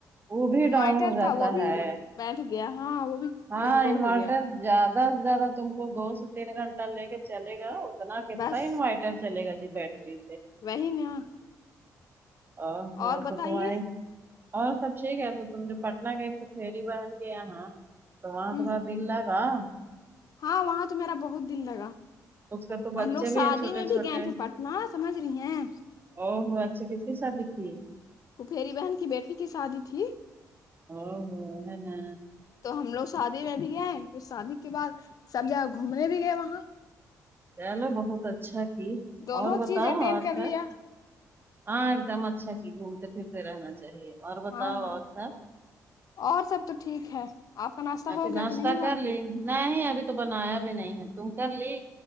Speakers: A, on the right (about 30°); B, on the left (about 60°).
A: وہ بھی
B: انوائٹر
A: ڈاؤن ہو جاتا
B: تھا وہ بھی
A: ہے
B: بیٹھ گیا ہاں وہ بھی ایک
A: ہاں
B: دم لو
A: انورٹر
B: ہو گیا
A: زیادہ سے زیادہ تم کو دو سے تین گھنٹہ لے کے چلے گا اتنا کتنا
B: بس
A: انوائٹ ٹر چلے گا جی بیٹری
B: وہی نا
A: آ ہور
B: اور بتائیے
A: کٹواے اور سب ٹھیک ہے تو تم جو پٹنہ گے <unintelligible> بہن کے یہاں تو وہاں
B: ہ
A: تمہارا دل لاگ آآ
B: ہاں وہاں تو میرا بہت دل لگا
A: اس کا تو بچے
B: ہم لوگ
A: بھی
B: شادی
A: ہیں چھوٹے
B: میں
A: چھوٹے
B: بھی گئے تھے پٹنہ سمجھ رہی ہیں
A: او ہوں اچھا کس کی شادی تھی
B: پھوپیری بہن کی بیٹی کی شادی تھی
A: آ ہاں ہے نہ
B: تو ہم لوگ شادی میں بھی گئے پھر سادی کے بعد سب جگہ گھومنے بھی گئے وہاں
A: چلو بہت اچھا کیے
B: دونوں
A: اور بتاؤ
B: چیز اٹینڈ
A: اور
B: کر
A: سب
B: لیا
A: آ ایک دم اچھا کی گھومتے پھرتے رہنا چاہیے اور بتاؤ
B: ہاں ہاں
A: اور سب
B: اور سب تو ٹھیک ہے آپ کا ناشتہ
A: ابھی
B: ہو گیا
A: ناشتہ
B: کہ نہیں ہوا
A: کر
B: ابھی
A: لی نہیں ابھی تو بنایا بھی نہیں ہے تم کر لی